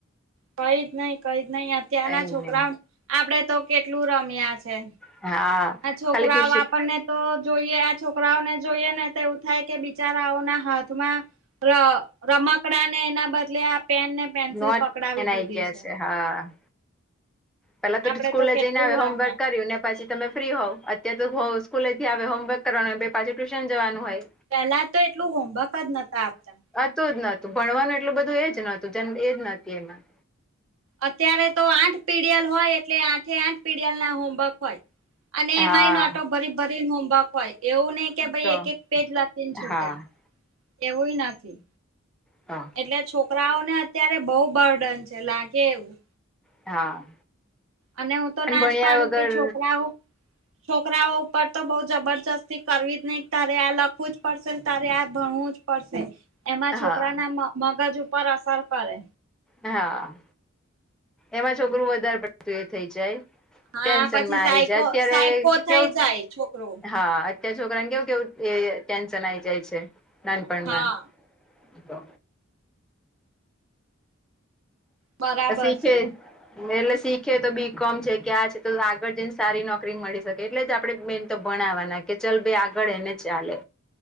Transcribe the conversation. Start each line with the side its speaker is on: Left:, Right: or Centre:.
Right: કઈ જ નઈ કઈ નહીિ અત્યારના
Centre: એને
Right: છોકરા આપડે તો કેટલું રમ્યા છે
Centre: હા
Right: આ છોકરો
Centre: ખાલી ટ્યુશન
Right: આવ આપણને તો જોઈએ આ છોકરાઓને જોઈએ ને તો એવું થાય કે બિચારાઓના હાથમાં ર રમકડા ને એના બદલે આ પેન ને પેન્સિલ
Centre: નોટ
Right: પકડાવી
Centre: એન
Right: દીધી
Centre: આઈ ગયા
Right: છે
Centre: હા પેલા તો
Right: આપડે
Centre: સ્કૂલે
Right: કેટલું
Centre: જઈને આવે હોમવર્ક
Right: રમ્યા
Centre: કર્યું ને પછી તમે ફ્રી હોવ અત્યારે તો સ્કૂલે થી આવે હોમવર્ક કરવાનું હોય પાછી ટ્યુશન જવાનું હોય.
Right: પેલા તો એટલું હોમવર્ક જ નતા આપતા
Centre: નુ જ નતું ભણવાનું એટલું બધું એજ નતું જે એજ નથી એમાં
Right: અત્યારે તો આઠ પીડીયલ હોય એટલે આઠે આઠ પીડીયલ ના હોમવર્ક હોય અને એમાંઈ
Centre: હા
Right: નો આટો ભરી ભરીને હોમવર્ક હોય એવું નહ કે ભાઈ
Centre: તો
Right: એક એક પેજ લીને છૂટા
Centre: હા
Right: એવુંય નથી
Centre: હા
Right: એટલે છોકરાઓને અત્યારે બહુ બર્ડન છે લાગે એવું
Centre: હા
Right: અને હું તો નાચ
Centre: ભણ્યા
Right: પાડું
Centre: વગર
Right: કે છોકરાઓ છોકરાઓ ઉપર તો બઉ જબરજસ્તી કરવી જ નહી તારે આ લખવું જ પડશેને તારે આ ભણવું જ પડશે એમાં છોકરાના
Centre: હા
Right: મગજ ઉપર અસર કરે.
Centre: હા એમાં છોકરું વધારે પડતું એ થઈ જાય
Right: હા
Centre: ટેન્શનમાં
Right: પછી સાયકો
Centre: આવી જાય અત્યારે
Right: સાયકો થઈ
Centre: કેવુ
Right: જાય છોકરું
Centre: હા. ત્યાં છોકરા ને કેવું કેવું એ ટેન્શન આવી જાય છે નાનપણમાં
Right: હા.
Centre: તો
Right: બરાબર
Centre: શીખે
Right: છે
Centre: કે એટલે શીખે તો બી કોમ છે ક્યાં છે તો આગળ જઈને સારી નોકરી મળી શકે એટલે જ આપડે મેન તો ભણવાના કે ચાલ ભાઈ આગળ એને ચાલે